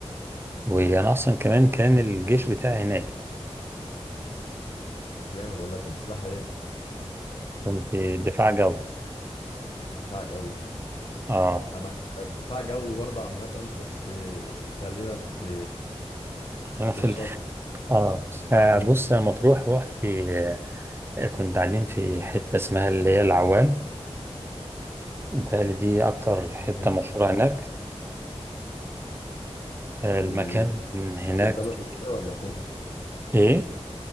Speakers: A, on the right; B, on the left.
A: وانا اصلا كمان كان الجيش بتاعي هناك
B: طب جامد والله كنت سلاح إيه
A: كنت دفاع جوي
B: دفاع جوي
A: اه
B: أنا دفاع جوي برضه عامة بس آه، خلينا في
A: انا
B: في
A: في
B: الشط
A: ال... اه آه، بص انا مطروح رحت في آه، كنت قاعدين في حتة اسمها اللي هي العوام متهيألي دي اكتر حتة
B: تمام.
A: مشهورة هناك آه، المكان
B: دي في
A: هناك
B: وسط البلد وكده ولا فين؟
A: ايه